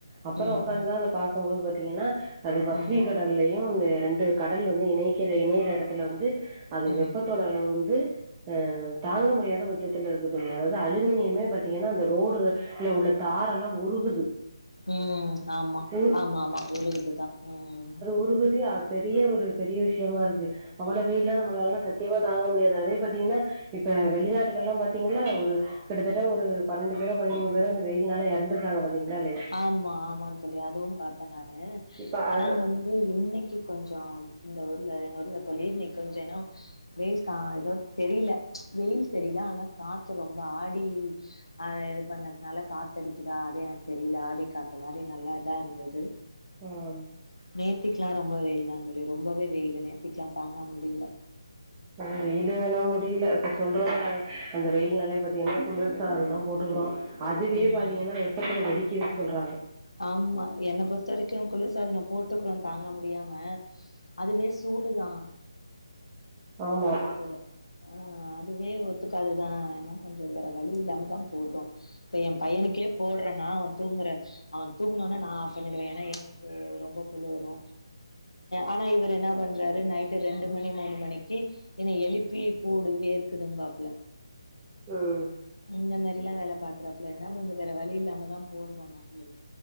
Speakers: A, on the right; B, on the left.
A: அப்ரோ
B: ம்
A: உட்காந்து
B: ம்
A: அத பாக்கும்போது பாத்தீங்கன்னா அது பஸ்
B: ம்
A: <unintelligible> டர்லயு அந்த ரெண்டு கடல் வந்து இணைக்கற இணையற எடத்துல வந்து அது
B: ம்
A: வெப்பத்தோட வந்து ஹ தாங்க முடியாத பட்சத்துல இருக்கு தோழி அதாவது அலுமினியமே பாதீங்கன்னா அந்த ரோடு இல்ல உள்ள தாரல்லா உருகுது
B: ம் ஆமா
A: உரு
B: ஆமா ஆமா ஒரு இதுதா ம்
A: உறுகுதியா பெரிய ஒரு பெரிய விஷயமா இருக்கு அவ்ளவு வெயல்லா நம்மளாலல்லா சத்தியமா தாங்க முடியாது அதே பாத்தீங்கன்னா இப்ப
B: ம்
A: வெளிநாட்டுகெள்லா பாத் பாத்தீங்ளா ஒரு கிட்டத்தட்ட ஒரு பன்னெண்டு பேரோ பதிமூணு பேரோ அந்த வெயில்னால எறந்திருக்காங்க பாத்தீங்ளா இல்லயா
B: ஆமா ஆமான் தோழி அதுவும் பாத்த நானு
A: இப்ப
B: ஆனா
A: அது
B: வ து இன்னைக்கு கொஞ்சோ இந்த ஊர்ல எங்க ஊர்ல தோழி இன்னைக்கு கொஞ்சோ ஏனோ வெயில் கா எதாவது தெரில வெயில் தெரில ஆனா காத்து ரொம்ப ஆடி ஆ இது பண்ணதுனால காத்தடிக்குதா அது எனக் தெரில ஆடி காத்து மாரி நல்லாதா இருந்துது
A: ம்
B: நேத்திக்லா ரொம்ப வெயில் தா தோழி ரொம்பவே வெயில்லு நேத்திக்லா தாங்க முடியல
A: ஆ வெயில் ஆனா முடில இப்ப சொல்றோல்ல அந்த வெயில்னாலே பத்தீங்கன்னா குளுர் சால்னோ போட்டுருக்கறோ அதுவே
B: ம்
A: பாத்தீங்கன்னா வெப்பத்துல வெடிக்குதுன் சொல்றாங்க
B: ஆமா என்ன பொறுத்த வரைக்கு குளிர் சாதனோ போட்டுக்கிறோ தாங்க முடியாம அதுவே சூடுதா
A: ஆமா
B: உங்களுக்கு ஆ அதுவே ஒத்துக்காதுதா ஆனா கொஞ்சோ வேற வழி இல்லாமதா போடுறோ இப்ப ஏ பையனுக்கே போடுறன்னா அவன் தூங்குற அவன் தூங்குனான்னா நா ஆஃப் பண்ணிடுவே ஏன்னா எனக்கு ரொம்ப குளுரு ஆனா இவரு என்னா பண்றாரு நைட்டு் ரெண்டு மணி மூணு மணிக்கு என்ன எழுப்பி போடு வேர்க்குதும்பாப்ல
A: ம்
B: இந்த மாரில்லா வேல பாக்குறாப்பல என்ன பண்றது வேற வழி இல்லாமதா போடுறோ நாங்களு